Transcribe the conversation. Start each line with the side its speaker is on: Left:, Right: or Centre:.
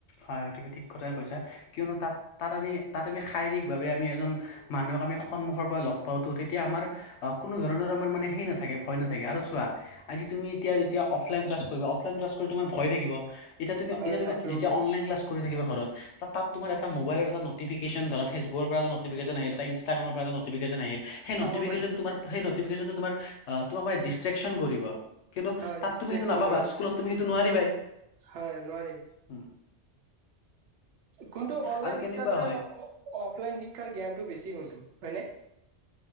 Left: হয় হয়টো ঠিক কথাই কৈছা। কিনো তাত তাত আমি তাত আ শাৰীৰিক ভাৱে আমি এজন মানুহক আমি সন্মুখৰ পৰা লগ পাওঁ তেতিয়া আমাৰ অ কোনো ধৰণৰ আমাৰ মানে সেই নাথাকে ভয় নাথাকে আৰু চোৱা আজি তুমি এতিয়া যেতিয়া অফলাইন ক্লাছ কৰিব অফলাইন ক্লছ কৰি তোমাৰ ভয় থাকিব এতিয়া তুমি
Right: হয়
Left: এটিয়া তুমি
Right: থাকিব
Left: যেতিয়া
Right: বাৰু
Left: অনলাইন ক্লাছ কৰি থাকিবা ঘৰত। তাত তোমাৰ এটা মোবাইল এ নটফিকেশ্যন ধৰা ফেচবুকৰৰ পৰা এটা নটফিকেশ্যন আহিলে ইনষ্টাগ্ৰামৰ পৰা এটা নটফিকেশ্যন আহিল, সেই
Right: চাব
Left: নটফিকেশ্যন
Right: পাৰিম
Left: তোমাৰ সেই নটফিকেশ্যন তোমাৰ আ তোমাক মানে দিচট্ৰেকচন কৰিব। কিন্তু
Right: হয়
Left: তাত
Right: ডিষ্ট্ৰেকচন
Left: তুমি সেইটো নাপাবা
Right: কৰিম
Left: স্কুলত তুমি সেইটো নোৱাৰিবাই।
Right: হয় নোৱাৰিম
Left: উম <inaudible>
Right: কোনটো
Left: ত'
Right: অনলাইন
Left: আৰু কেনেকুৱা
Right: শিক্ষাৰ চাই
Left: হয়
Right: অফলাইন শিক্ষাৰ জ্ঞানটো বেছি কোনটো, হয়নে?